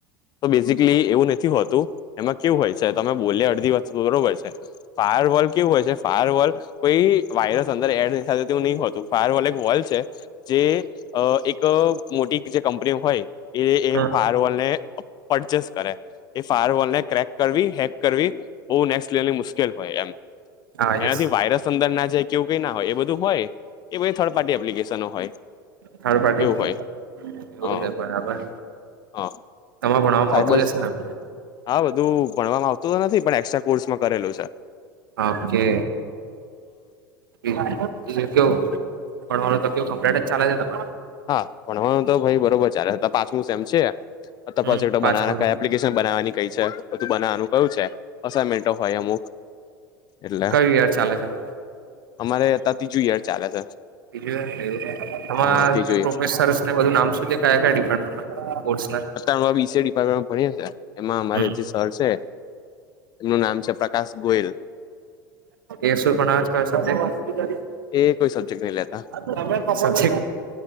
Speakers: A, on the left; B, on the right.
A: તો બેઝિકલી એવું નથી હોતું એમાં કેવું હોય છે તમે બોલી અડધી વાત બરોબર છે ફાયર વોલ કેવું હોય છે ફાયર વોલ કોઈ વાયરસ અંદર એડ ન થાય તેવું નહી હોતું ફાયર વ એક વોલ છે જે એક મોટી જે કંપનીઓ હોય એ એ
B: હમ
A: ફાર વોલ ને પરચેસ કરે એ ફાર વોલ ને ક્રેક કરવી હેક કરવી બહ નેક્સ્ટ લેવની મુશ્કેલ હોય એમ
B: હા યસ
A: એનાથી વાયરસ અંદર ના જાય કેવું કઈ ના હોય બધું હોય એ બધી થર્ડ પાર્ટી એપ્લિકેશન હોય
B: થડ પાર્ટી
A: એવું હોય
B: એવું
A: હ
B: છે બરાબર
A: હ
B: તમારે ભણવામાં
A: સાયબર
B: આવતું જશે ને
A: હા બધું ભણવામાં આવતું તો નથી પણ એક્સ્ટ્રા કોર્સમાં કરેલું છે
B: ઓકે બ બીજું કેવું ભણવાનું તો કેવું કમ્પ્લેટ જ ચાલે છે તમારો
A: હા ભણ તો ભાઈ બરોબર ચલે પાછમું સેમ છે
B: હમ
A: બ
B: પાંચમું
A: બનાવવાની
B: છે.
A: કઈ છે બધું બનાવવાનું કયું છે અસમેન્ટો હોય અમુક એટલે
B: કવયાર ચાલે છે ને
A: અમારે ત્રીજું યાર ચાલે છે
B: બીજવું તમા
A: હ ત્રીજું યર
B: પ્રોફેસર ને બધું નામ સુધી કયા કયા ડિપાર્ટમેન્ટ કોર્
A: ડિપાર્ટમેન્ટ ભણી છે એમાં અમારે
B: હમ
A: જે સર છે એમનું નામ છે પ્રકાશ ગોયલ
B: એકસો પણ જ કર શ તમે
A: એ કોઈ સબ્જેક્ટ નહી લેતા
B: તોી